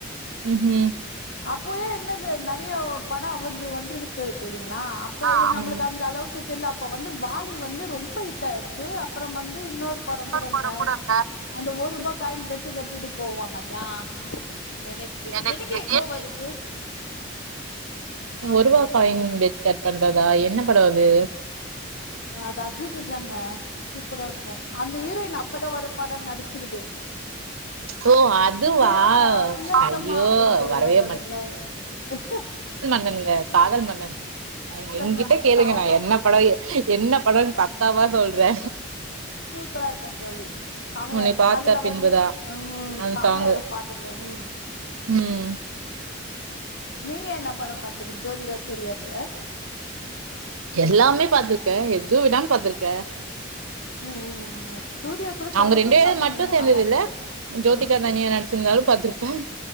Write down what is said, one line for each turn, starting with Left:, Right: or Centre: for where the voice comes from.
Right: ம் ம்
Left: அப்பொயே என்னது ந ரீயோ படோ அவர்து வந்து <unintelligible> இல்லலிங்ளா அப்ப
Right: ஆமா
Left: நம்ப்ளுக்கு அந்த அளவுக்கு தெர்ல அப் ப்பொ வந்து வாலி வந்து ரொம்போ ஹிட் ஆயிர்ச்சு அப் அப்றம் வந்து இன்னொர் படோ
Right: இன்னொரு
Left: கூடங்க
Right: கூட இந்த
Left: அந்த ஒரூபா காயின் பெட்டு கட்டிட்டு போவாங்கல்லியா எனக்கு
Right: எனக்கு
Left: எனக்கே போ வருது அப்டின்ற
Right: ஒருவா காயின்
Left: போல
Right: பெட் கட் பண்றதா என்ன படோ அது
Left: அது அஜித்து தாங்க சூப்பராருக்கூ அந்த ஹீரோயின் அப்பதா ஒரு படோ நடிச்சுக்குது
Right: ஓ அதுவா
Left: இஜையா திலோத்தமா
Right: ஐயோ
Left: அப்டின்ட்டு
Right: வரவே
Left: வருங்களே ஒ
Right: ங்க காதல் மன்னன் எங்கிட்ட
Left: மன்னர்
Right: கேளுங்க
Left: சாம
Right: நா என்ன படோ என்ன படோன்னு பக்காவா சொல்றே
Left: சூப்பரா இருக்கூ தோழி சமையா
Right: உன்னை
Left: இருக்
Right: பாத்த
Left: அதுல
Right: பின்புதா
Left: வந்து ம்
Right: அந்த
Left: சமையாருக்கூ
Right: சாங்கு
Left: பாட்டுல ம்
Right: ம்
Left: நீங்க என்ன படோ பாத்தீங்க ஜோதிகா சூர்யாது
Right: எல்லாமே பாத்துருக் க எது விடாம பாத்துருக்கே
Left: ம் ம் ம் சூர்யா கூட
Right: அவுங்க
Left: கருப்பு
Right: ரெண்டு பேரு
Left: சாமி
Right: மட்டூ
Left: இன்னு
Right: சேந்தது
Left: நல்லா இருக்கு
Right: இல்ல
Left: தோழி
Right: ஜோதிகா
Left: ம்
Right: தனியா நடிச்சிருந்தாலூ பாத்துருப்பேன்